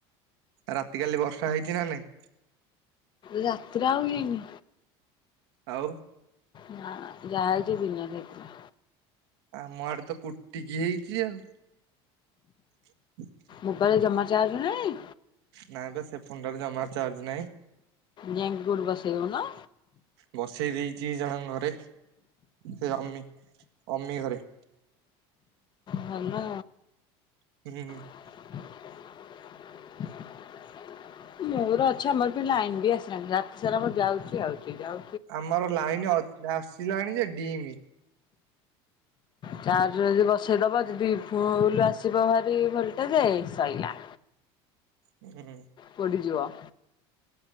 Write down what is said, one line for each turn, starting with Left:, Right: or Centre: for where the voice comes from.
Right: ରାତି କାଲି ବର୍ଷା ହେଇଛି ନା ନାଇଁ।
Left: ରାତିରେ ଆଉ ହେଇନି।
Right: ଆଉ।
Left: ନାଁ ଯାହା ଆଜି ଦିନରେ ହେଇଥିଲା।
Right: ଆମ ଆଡେ ତ କୁଟିକି ହେଇଛି ଆଉ। <inaudible>
Left: ମୋବାଇଲ ଜମା ଚାର୍ଜ ନାହିଁ।
Right: ନାଇଁ ବେ ସେ ଫୋନଟା ରେ ଜମା ଚାର୍ଜ ନାହିଁ।
Left: ଯାଇଁ କୋଉଠି ବସେଇ ଦଉନ।
Right: ବସେଇ ଦେଇଛି ଜଣଙ୍କ ଘରେ ସେ ଅମି ଅମି ଘରେ।
Left: ଭଲ।
Right: <inaudible>
Left: <inaudible> ମୋର ଅଛି ଆମର ବି ଲାଇନ ବି ଆସିଲାଣି ରାତି ସାରା ଆମର ଯାଉଛି ଆଉଛି ଯାଉ
Right: ଆମର ଲାଇନ ଅ ଆସିଲାଣି ଯେ ଡିମ୍।
Left: ଚାଜରେ ଯଦି ବସେଇଦବ ଦି ଫୁଲ୍ ଆସ ଆସିବ ଭାରି ଭୋଲ୍ଟେଜ୍ ସଇଲା।
Right: ହୁଁ।
Left: ପୋଡ଼ିଯିବ।